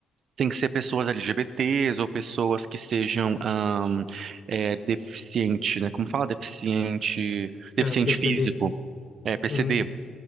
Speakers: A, on the right; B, on the left.
A: tem que ser pessoas LGBTs ou pessoas que sejam ahn, é, deficiente, né? Como fala? Deficiente, deficiente
B: É, PCD.
A: físico, é, PCD
B: Uhum.